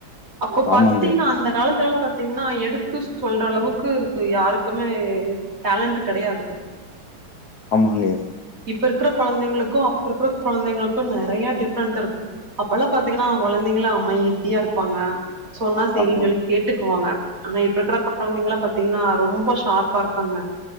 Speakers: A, on the right; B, on the left.
A: அப்ப பத்தீங்கனா
B: ஆமாங்க
A: அந்த காலத்துல எல்லா பாத் தீங்னா எடுத்து சொல்ற அளவுக்கு யாருக்குமே டேலண்ட் கெடையாது
B: ஆமாங்கே
A: இப்ப இருக்கற கொழந்தைங்களுக்கு அப்ப இருக்கற கொழந்தைங்களுக்கு நெறைய டிஃப்ரெண்ட் இருக்கு அப்ப எல்லா பாத்தீங்கனா கொழந்தைங்கலா அமைதியா இருப்பாங்க சொன்னா செரின்
B: ஆமா
A: சொல்லி கேட்டுக்வாங்க ஆனா இப்ப இக்கிற கொழந்தைங்கள பாத்தீங்னா ரொம்ப ஷார்ப்பா இருக்காங்க